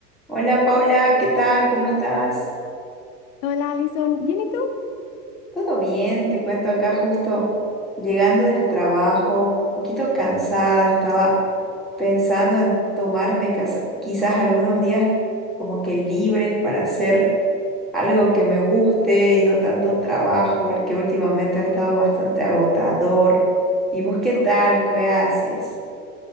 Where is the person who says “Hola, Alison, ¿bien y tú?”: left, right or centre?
Left